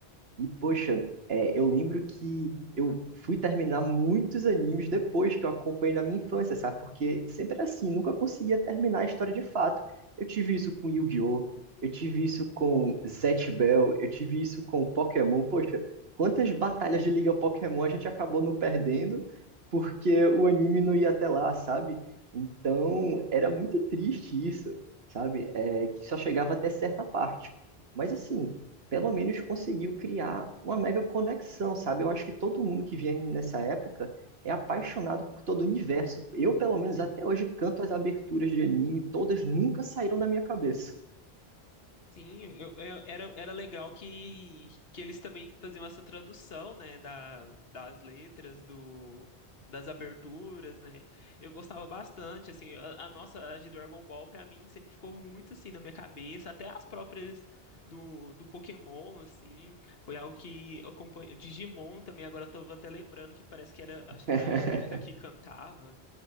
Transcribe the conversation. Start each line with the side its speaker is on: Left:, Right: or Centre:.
Right: E, poxa, é, eu lembro que eu fui terminar muitos animes depois que eu acompanhei na minha infância, sabe? Porque sempre era assim, nunca conseguia terminar a história de fato. Eu tive isso com Yu-Gi-Oh! Eu tive isso com Zatch Bell, eu tive isso com Pokémon. Poxa, quantas batalhas de Liga Pokémon a gente acabou não perdendo porque o anime não ia até lá, sabe? Então, era muito triste isso, sabe? É, que só chegava até certa parte. Mas assim, pelo menos conseguiu criar uma mega conexão, sabe? Eu acho que todo mundo que vinha nessa época é apaixonado por todo o universo. Eu, pelo menos até hoje, canto as aberturas de anime, todas nunca saíram da minha cabeça.
Left: Sim, eu, eu- era, era legal que, que eles também faziam essa tradução, né, da, das letras, do, das aberturas, né? Eu gostava bastante, assim, a, a nossa, a de Dragon Ball, pra mim, sempre ficou muito, assim, na minha cabeça, até as próprias do, do Pokémon, assim, foi algo que eu acompanhei, Digimon também, agora eu tô até lembrando que parece que era, acho que
Right: <laughs>
Left: era a Angélica que cantava,